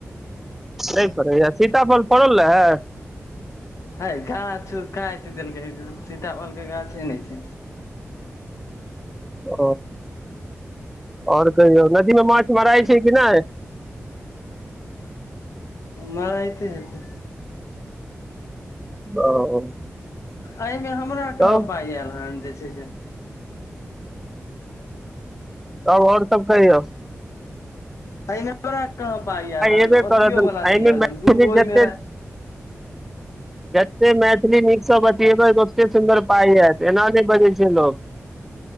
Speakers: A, in the centre; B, on the left.
A: नहि फड़ैए सीताफल फड़ल रहै
B: हइ गाछो काइट देलकै सीताफलके गाछे नहि छै
A: ओ ओर कहियौ नदीमे माछ मरायै छै कि नहि
B: मरायै एत्ते हेतै
A: ओ <inaudible>
B: एहिमे हमरा
A: तब
B: कहाँ पाय आयल हांँ जे से जे <inaudible>
A: तब ओर सब कहियौ
B: एहिमे हमरा कहांँ पाइ एल हं
A: एबे
B: अथियो
A: करत
B: वाला
A: एहिमे
B: नहि आयल
A: मैथिली
B: हन दू गोट
A: जते
B: ओहिमे रहय
A: जते मैथिली नीकसँ बतियेबै तऽ ओतय सुन्दर पाइ आयत एना नहि बजैत छैक लोक